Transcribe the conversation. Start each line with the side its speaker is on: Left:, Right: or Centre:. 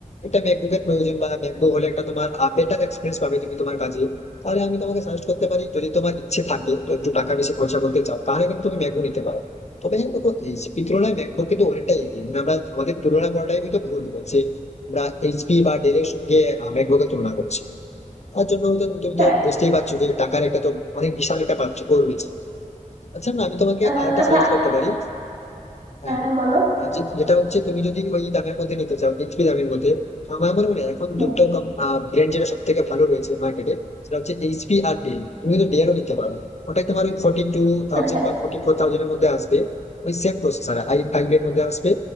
Left: একটা ম্যাকবুকের প্রয়োজন বা ম্যাকবুক হলে একটা তোমার বেটার এক্সপিরিয়েন্স পাবে তুমি তোমার কাজে তাহলে আমি তোমাকে সাজেস্ট করতে পারি যদি তোমার ইচ্ছে থাকে তো একটু টাকা বেশি খরচা করতে চাও তাহলে কিন্তু তুমি ম্যাকবুক নিতে পারো তবে হ্যাঁ দেখো এইচপি তুলনায় ম্যাকবুক কিন্তু অনেকটাই এগিয়ে মানে আমরা আমাদের তুলনা করাটাই আমি তো ভুল বলছি আমরা এইচপি বা ডেল এর সঙ্গে ম্যাকবুকের তুলনা করছি তার জন্য তো তুমি
Right: হ্যাঁ
Left: তো বুঝতেই পারছো যে টাকার একটা তো অনেক বিশাল একটা পার্থক্য রয়েছে আচ্ছা না আমি তোমাকে
Right: আহ,
Left: আরেকটা
Right: আচ্ছা
Left: সাজেস্ট করতে পারি হ্যাঁ
Right: হ্যাঁ
Left: হ্যাঁ।
Right: বলো
Left: আর যে- যেটা হচ্ছে তুমি যদি ওই দামের মধ্যে নিতে চাও বিক্রি দামের মধ্যে আমার মনে হয় না, এখন
Right: হুম,
Left: দুটো ব্র্যান্ড যেটা সব থেকে ভালো রয়েছে মার্কেটে সেটা হচ্ছে এইচপি আর ডেল তুমি তো ডেলও নিতে পারো ওটাই তোমার ওই ফর্টি টু থাউজেন্ড
Right: আচ্ছা
Left: বা ফোর্টি ফোর থাউজেন্ডের মধ্যে আসবে ওই সেম প্রসেসর আই ফাইভ এর মধ্যে আসবে